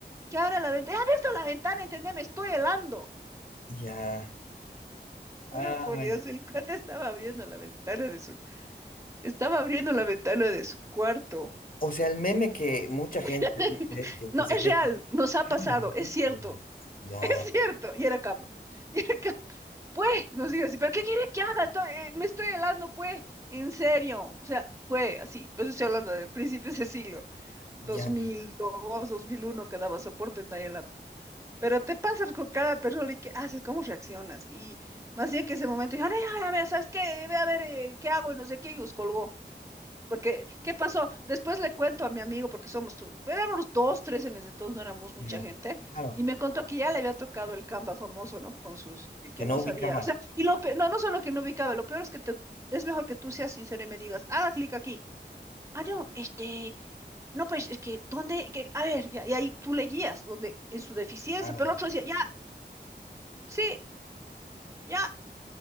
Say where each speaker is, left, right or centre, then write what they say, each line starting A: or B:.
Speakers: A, on the right; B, on the left.
A: Que abra la ventana. He abierto la ventana, entendé, me estoy helando.
B: Ya. Ay.
A: Juro por Dios, el cuate estaba abriendo la ventana de su Estaba abriendo la ventana de su cuarto.
B: O sea, el meme que mucha gente
A: <laughs>
B: dice que,
A: No,
B: que se
A: es
B: ve
A: real,
B: que
A: nos ha pasado,
B: "Ay, la miércoles".
A: es cierto,
B: Ya,
A: <laughs> es cierto. Y era Canva. Y era Canva. Pues, nos dijo así, ¿pero qué quiere que haga? Estoy- eh, me estoy helando, pues, en serio. O sea, fue así. Pero estoy hablando del principio de ese siglo, 2002,
B: ya,
A: 2001, que daba soporte en dial up Pero te pasas con cada persona y qué haces, cómo reaccionas. Y más bien que ese momento, dijo, ay, ay, a ver, ¿sabes qué? Ve a ver, eh, ¿qué hago? Y no sé qué, y los colgó. Porque, ¿qué pasó? Después le cuento a mi amigo, porque somos tú, éramos dos, tres en ese entonces, no éramos mucha
B: ya.
A: gente,
B: Claro,
A: y me contó que ya le había tocado el Canva famoso, ¿no? Con sus, que, que
B: que no
A: no
B: ubicaba.
A: sabía, o sea, y lo pe- no, no solo que no ubicaba, lo peor es que te, es mejor que tú seas sincero y me digas, haga clic aquí. Ah, no, este, no, pues, es que, ¿dónde? Que, a ver, ya, y ahí tú le guías, donde, en su deficiencia,
B: Claro.
A: pero el otro decía, ya, sí, ya.